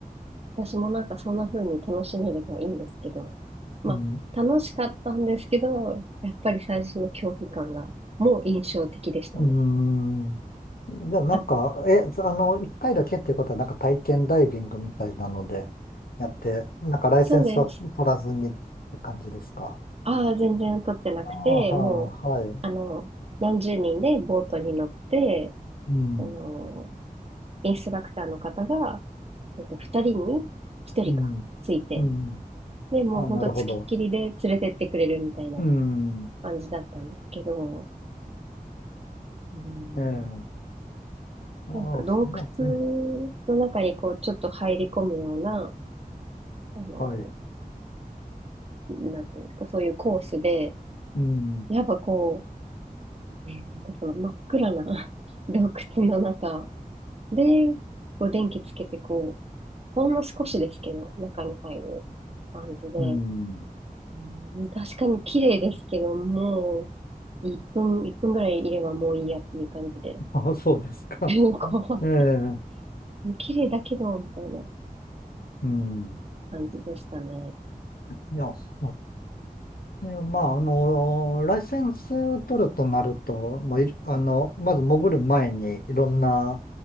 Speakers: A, on the right; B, on the left.
A: 私もなんかそんな風に楽しめればいいんですけど、まあ、
B: うん
A: 楽しかったんですけど、やっぱり最初の恐怖感がもう印象的でしたね。
B: うーん。じゃあなんか、
A: あ、
B: え、あの、一回だけっていうことは、なんか体験ダイビングみたいなのでやって、なんかライセンスは取らずにって感じですか。
A: そうです。ああ、全然撮ってなくて、
B: ああ、はあはい。
A: もう、あの、何十人でボートに乗って、
B: うん、
A: あの、インストラクターの方が、えっと、二人に一人か、
B: うん、
A: ついて、
B: うん。
A: で、もうほんとつきっきりで連れてってくれるみたいな
B: ああ、なるほど。うん、
A: 感じだったんですけど、うん、
B: ええ。ああ、
A: なんか洞窟の中にこう、
B: その、うん、
A: ちょっと入り込むような、あの、
B: はい。
A: なんていうんですか、そういうコースで、
B: うん、
A: やっぱこう、ね、なんかその真っ暗な <laughs> 洞窟の中で、こう電気つけてこう、ほんの少しですけど、中に入る感じで、
B: うん。
A: うん、確かに綺麗ですけど、もう、1分、一分ぐらいいればもういいやっていう感じで。
B: ああ、そうですか。
A: <laughs> こ
B: ええ、
A: う、綺麗だけど、みたいな
B: うん。
A: 感じでしたね。
B: いや、ああ、いや、まあ、
A: うん。
B: あの、ライセンス取るとなると、もういる、あの、まず潜る前に、いろんな、